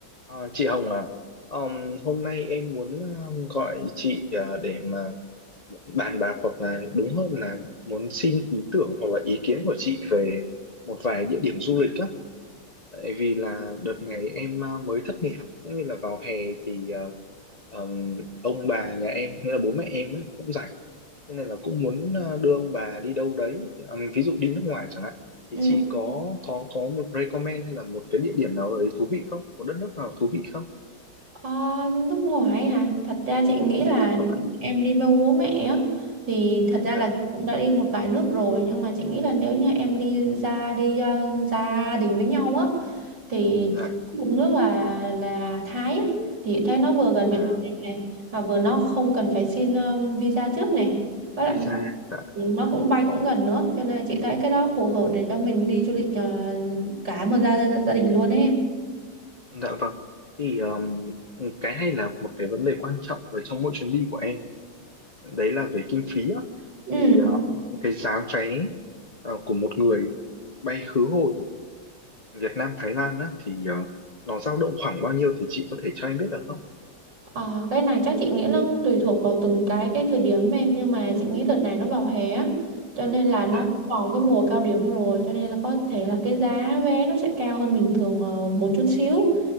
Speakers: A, on the left (about 40°); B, on the right (about 75°).
A: Ờ, chị Hồng à, Ờm, hôm nay em muốn ờ, gọi chị ờ, để mà bàn bạc hoặc là đúng hơn là muốn xin ý tưởng hoặc là ý kiến của chị về một vài địa điểm du lịch á. Tại vì là đợt này em ờ, mới thất nghiệp cũng như là vào hè thì ờ, ờm, ông bà nhà em nghĩa là bố mẹ em á, cũng rảnh, thế nên là cũng muốn ờ, đưa ông bà đi đâu đấy, Ờm, ví dụ đi nước ngoài chẳng hạn. Thì
B: Ừ.
A: chị có có có một recommend hay là một cái địa điểm nào đấy thú vị không? Một đất nước nào thú vị không?
B: Ờ, nước ngoài hả? Thật ra chị nghĩ là
A: dạ vâng ạ
B: em đi với bố mẹ á thì thật ra
A: dạ
B: là cũng đã đi một vài nước rồi nhưng mà chị nghĩ là nếu như em đi ra đi ờ, gia đình với nhau á thì
A: dạ
B: một nước là là Thái á thì Thái nó vừa gần Việt
A: à,
B: Nam này mà vừa nó không cần phải xin ờ, visa trước này với
A: visa
B: lại nó
A: dạ
B: nó cũng bay cũng gần nữa cho nên là chị thấy cái đó phù hợp để cho mình đi du lịch ờ, cả một gia gia, gia đình luôn ấy em.
A: dạ vâng thì um, cái này là một cái vấn đề quan trọng ở trong mỗi chuyến đi của em đấy là về kinh phí á
B: Ừ.
A: thì ờ, cái giá vé ờ, của một người bay khứ hồi Việt Nam Thái Lan á thì ờ, nó dao động khoảng bao nhiêu thì chị có thể cho em biết được không
B: Ờ, cái này chắc chị nghĩ nó tùy thuộc vào từng cái cái thời điểm em nhưng mà chị nghĩ đợt này nó vào hè á cho nên là
A: dạ
B: nó vào cái mùa cao điểm rồi cho nên là có thể là cái giá vé nó sẽ cao hơn bình thường ờ, một chút xíu